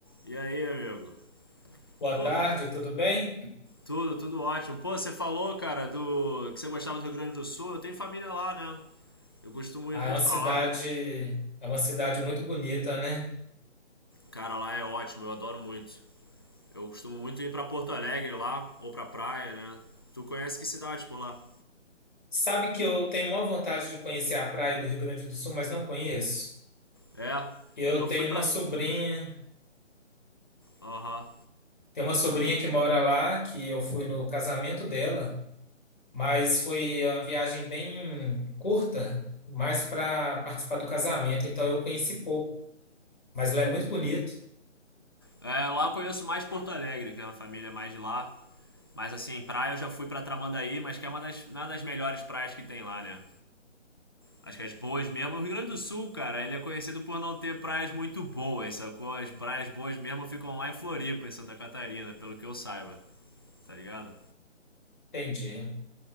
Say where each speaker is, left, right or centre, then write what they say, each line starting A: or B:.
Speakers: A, on the left (about 20°); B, on the left (about 40°).
A: E aí, amigo?
B: Boa
A: Pô,
B: tarde,
A: cara,
B: tudo bem?
A: tudo, tudo ótimo. Pô, você falou, cara, do que você gostava do Rio Grande do Sul. Eu tenho família lá, né? Eu costumo
B: Ah,
A: ir muito
B: é uma cidade,
A: pra lá.
B: é uma cidade muito bonita, né?
A: Cara, lá é ótimo, eu adoro muito. Eu costumo muito ir pra Porto Alegre lá, ou pra praia, né? Tu conhece que cidade por lá?
B: Sabe que eu tenho maior vontade de conhecer a praia do Rio Grande do Sul, mas não conheço.
A: É,
B: Eu
A: eu
B: tenho
A: fui pra.
B: uma sobrinha,
A: Aham.
B: tenho uma sobrinha que mora lá, que eu fui no casamento dela, mas foi uma viagem bem curta, mais para participar do casamento, então eu conheci pouco, mas lá é muito bonito.
A: É, lá eu conheço mais Porto Alegre, que é uma família mais de lá. Mas assim, praia eu já fui pra Tramandaí, mas que é uma das, uma das melhores praias que tem lá, né? Acho que as boas mesmo. O Rio Grande do Sul, cara, ele é conhecido por não ter praias muito boas, sacou? As praias boas mesmo ficam lá em Floripa, em Santa Catarina, pelo que eu saiba. Tá ligado?
B: Entendi.